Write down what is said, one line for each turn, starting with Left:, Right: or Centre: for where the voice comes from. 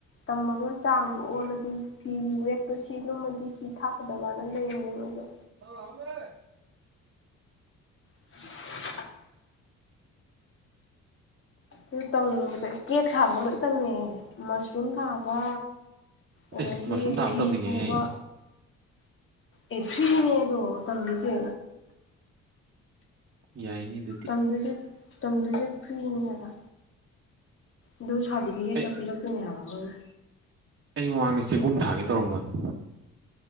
Left: ꯇꯝꯃꯒ ꯆꯥꯡꯗꯣ ꯑꯣꯜꯂꯗꯤ ꯐꯤꯒꯤ ꯋꯦꯠꯇꯣ ꯁꯤ ꯂꯨꯝꯃꯗꯤ ꯁꯤ ꯊꯥꯛꯀꯗꯕꯅ ꯂꯩꯔꯤꯅꯦ ꯃꯣꯏꯁꯨ
Right: <unintelligible>
Left: <unintelligible> ꯑꯗꯨ ꯇꯧꯅꯤꯡꯕꯁꯦ ꯀꯦꯛ ꯁꯥꯕꯒ ꯂꯣꯏ ꯇꯝꯅꯤꯡ ꯉꯦ ꯃꯁꯔꯨꯝ ꯊꯥꯕ ꯑꯗꯩꯗꯤ
Right: ꯑꯦꯁ ꯃꯁꯔꯨꯝ ꯊꯥꯕ
Left: ꯐꯤ
Right: ꯇꯧꯅꯤꯡꯉꯦꯍꯦ
Left: ꯇꯨꯕ ꯑꯦ ꯐ꯭ꯔꯤꯅꯦ ꯑꯗꯣ ꯇꯝꯗꯨꯏꯖꯦ
Right: ꯌꯥꯏꯅꯤ ꯑꯗꯨ
Left: ꯇꯝꯗꯨꯣꯏꯖꯦ ꯇꯝꯗꯣꯏꯖꯦ ꯐ꯭ꯔꯤꯅꯦ ꯍꯥꯏꯕ ꯑꯗꯨꯝ ꯁꯥꯔꯇꯤꯐꯤꯀꯦꯠꯀ
Right: ꯑꯩ
Left: ꯄꯤꯔꯛꯇꯣꯏꯅꯦ ꯍꯥꯏꯕ ꯃꯣꯏ
Right: ꯑꯩ ꯃꯃꯥꯡꯗ ꯆꯦꯡꯒꯨꯝ ꯊꯥꯒꯦ ꯇꯧꯔꯝꯃꯝꯅꯦ